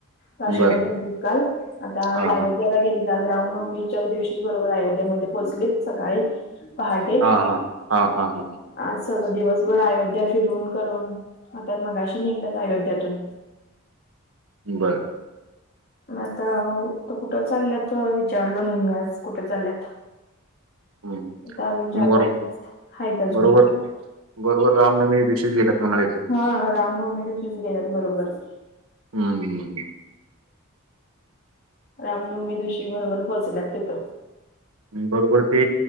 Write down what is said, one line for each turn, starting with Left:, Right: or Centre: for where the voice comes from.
Left: काशीमध्ये
Right: बरं.
Left: होते काल आता
Right: हा,
Left: आयोध्याला
Right: हा.
Left: गेलेत आज. रामनवमीच्या दिवशीच बरोबर आयोध्या मध्ये पोहोचलीत सकाळी. पहाटे
Right: हा, हा. हा, हा, हा.
Left: आज. सगळं दिवसभर अयोध्या फिरून करून आता मगाशी निगल्यात अयोध्यातून.
Right: बरं.
Left: मग आता कुट चाल्यात विचारलो नाई मी आज कुट चाल्यात.
Right: हं.
Left: आता अजून चार
Right: बरो
Left: पाच दिवस हाइत अजून
Right: बरोबर
Left: फिरनार
Right: बरोबर रामनवीमी दिवशीच गेल्यात मनायच
Left: हा रामनवमी दिवशीच गेल्यात बरोबर.
Right: हम्म.
Left: रामनवमी दिवशी बरोबर पोहोचल्यात तित
Right: बरोबर ते